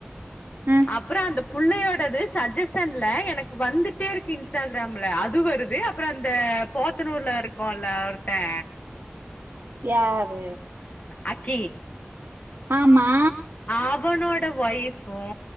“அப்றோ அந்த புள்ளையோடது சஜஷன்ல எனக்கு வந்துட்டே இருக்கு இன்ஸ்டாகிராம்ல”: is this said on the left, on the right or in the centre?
Left